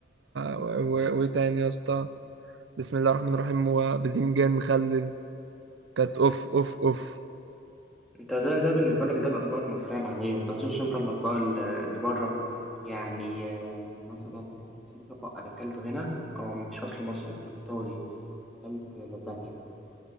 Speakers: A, on the right; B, in the centre.
A: و- وايه تاني يا اسطى بسم الله الرحمن الرحيم وباذنجان مخلل كانت اوف اوف اوف
B: انت ده ده بالنسبه لك ده الاطباق المصريه العاديه انت هتشوفش انت الاطباق ال- اللي بره يعني آه، مثلا كان في طبق انا اكلته هنا او مش اصله مصري كان ايطالي اكلت لازانيا